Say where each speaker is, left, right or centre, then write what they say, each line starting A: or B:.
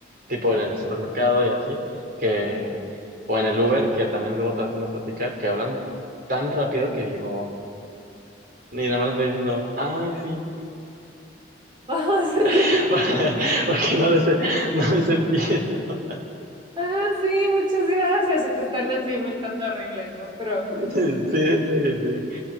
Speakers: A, on the right; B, on the right.
A: tipo en el supermercado y así, que, o en el Uber, que también luego te vas haciendo plática, que hablan tan rápido que digo, y nada más les voy diciendo, ay, sí,
B: <laughs> ajá sí, sí,
A: <laughs>
B: sí.
A: porque no les, no les entiendo.
B: Ah, sí, muchas gracias. Y te están así inventando horrible, ¿no? Pero,
A: Sí, sí, sí, sí. sí.